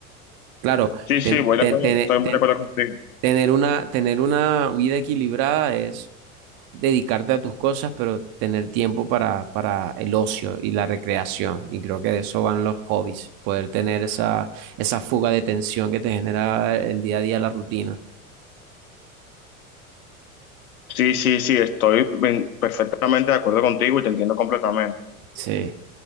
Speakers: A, on the right (about 50°); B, on the left (about 75°).
A: Claro,
B: Sí,
A: ten-
B: sí, voy
A: ten-
B: de acuerdo,
A: ten-
B: estoy
A: ten-
B: muy de acuerdo contigo.
A: tener una, tener una vida equilibrada es dedicarte a tus cosas, pero tener tiempo para, para el ocio y la recreación. Y creo que de eso van los hobbies, poder tener esa, esa fuga de tensión que te genera el día a día la rutina.
B: Sí, sí, sí, estoy mm, perfectamente de acuerdo contigo y te entiendo completamente.
A: Sí.